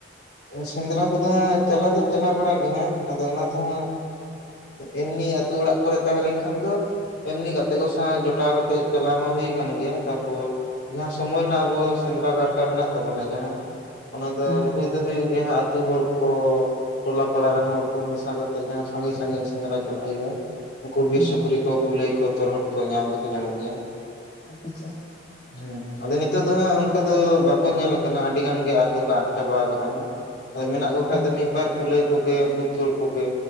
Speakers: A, on the left; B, on the left.
A: ᱥᱮᱸᱫᱽᱨᱟ ᱠᱚᱫᱚ ᱦᱟᱸᱜ ᱪᱟᱞᱟᱣ ᱫᱚ ᱪᱟᱞᱟᱣ ᱵᱟᱲᱟᱜ ᱜᱮ ᱦᱟᱸᱜ ᱟᱫᱚ ᱚᱱᱟ ᱛᱮᱦᱚᱸ ᱾ ᱮᱢᱱᱤ ᱟᱛᱩ ᱚᱲᱟᱜ ᱠᱚᱨᱮ ᱛᱟᱦᱮᱸ ᱞᱮᱱᱠᱷᱟᱱ ᱫᱚ ᱾ ᱦᱮ ᱞᱤᱱᱤᱝ ᱜᱟᱛᱮ ᱠᱚ ᱥᱟᱶ ᱡᱚᱴᱟᱣ ᱠᱟᱛᱮ ᱪᱟᱞᱟᱣ ᱢᱟ ᱦᱩᱭ ᱠᱟᱱ ᱜᱮᱭᱟ ᱛᱟᱯᱚᱨ ᱾ ᱡᱟᱦᱟᱸ ᱥᱚᱢᱚᱭ ᱨᱮᱱᱟᱜ ᱟᱵᱚ ᱥᱮᱸᱫᱽᱨᱟ ᱠᱟᱨᱠᱟ ᱢᱮᱱᱟᱜ ᱛᱟᱵᱚᱱᱟ ᱡᱟᱦᱟᱸ ᱚᱱᱟ ᱫᱚ
B: ᱠᱟᱱᱟ
A: ᱦᱩᱭ ᱾ ᱦᱩᱭᱩᱜ ᱜᱮᱭᱟ ᱦᱟᱸᱜ ᱟᱛᱳ ᱦᱚᱲ ᱠᱚ ᱾ ᱴᱚᱞᱟ ᱯᱟᱲᱟ ᱨᱮᱱ ᱦᱚᱲ ᱠᱚ ᱢᱮᱥᱟ ᱠᱟᱛᱮᱜ ᱡᱟᱦᱟᱸ ᱥᱟᱺᱜᱤᱧ ᱥᱟᱜᱤᱧ ᱥᱮᱸᱫᱽᱨᱟ ᱪᱟᱞᱟᱜ ᱦᱩᱭᱩᱜᱼᱟ᱾ ᱩᱱᱠᱩ ᱵᱤᱨ
B: ᱦᱮᱸ ᱦᱮᱸ
A: ᱥᱩᱠᱨᱤ ᱠᱚ ᱠᱩᱞᱟᱹᱭ ᱠᱚ ᱛᱚᱨᱦᱚᱫ ᱠᱚ ᱧᱟᱢ ᱫᱚᱠᱚ ᱧᱟᱢᱚᱜ ᱜᱮᱭᱟ᱾
B: ᱟᱪᱪᱷᱟ ᱟᱪᱪᱷᱟ᱾
A: ᱦᱮᱸ ᱟᱫᱚ ᱱᱤᱛᱚᱜ ᱫᱚ ᱦᱟᱸᱜ ᱚᱱᱠᱟ ᱫᱚ ᱵᱟᱠᱚ ᱧᱮᱞ ᱟᱠᱟᱱᱟ ᱟᱹᱰᱤ ᱜᱟᱱ ᱜᱮ ᱟᱫ ᱫᱚ ᱠᱚ ᱟᱫ ᱪᱟᱵᱟ ᱟᱠᱟᱱᱟ ᱟᱫᱚ ᱢᱮᱱᱟᱜ ᱠᱚ
B: ᱟᱪᱪᱷᱟ
A: ᱠᱷᱟᱱ ᱫᱚ ᱢᱤᱫᱵᱟᱨ ᱠᱩᱞᱟᱹᱭ ᱠᱚᱜᱮ ᱩᱱᱠᱩ ᱛᱩᱲ ᱠᱚᱜᱮ